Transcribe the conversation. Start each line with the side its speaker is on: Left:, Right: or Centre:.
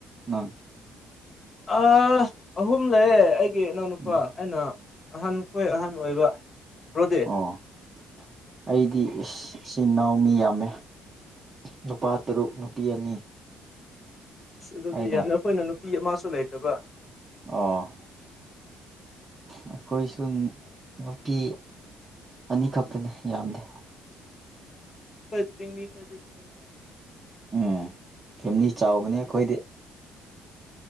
Right: ꯅꯪ
Left: ꯑ ꯑꯍꯨꯝ ꯂꯩꯌꯦ ꯑꯩꯒꯤ ꯏꯅꯥꯎꯅꯨꯄꯥ
Right: ꯎꯝ
Left: ꯑꯩꯅ ꯑꯍꯟꯈꯣꯏ ꯑꯍꯟ ꯑꯣꯏꯕ ꯔ꯭ꯔꯣꯗꯦ
Right: ꯑꯣ ꯑꯩꯗꯤ ꯏꯆꯤꯟ ꯏꯅꯥꯎ ꯃꯤ ꯌꯥꯝꯃꯦ ꯅꯨꯄꯥ ꯇꯔꯨꯛ ꯅꯨꯄꯤ ꯑꯅꯤ
Left: ꯑꯁ ꯑꯗꯨꯗꯤ
Right: ꯑꯩꯅ
Left: ꯌꯥꯅꯤ ꯑꯩꯈꯣꯏꯅ ꯅꯨꯄꯤ ꯑꯃꯁꯨ ꯂꯩꯇꯕ
Right: ꯑꯣ ꯑꯩꯈꯣꯏꯁꯨ ꯅꯨꯄꯤ ꯑꯅꯤꯈꯛꯇꯅꯤ ꯌꯥꯝꯗꯦ
Left: ꯐꯁꯤꯡ ꯃꯤ ꯐꯖꯦꯗ ꯃꯤ ꯌꯥꯋꯦꯗ
Right: ꯎꯝ ꯐꯦꯃꯤꯂꯤ ꯆꯥꯎꯕꯅꯦ ꯑꯩꯈꯣꯏꯗꯤ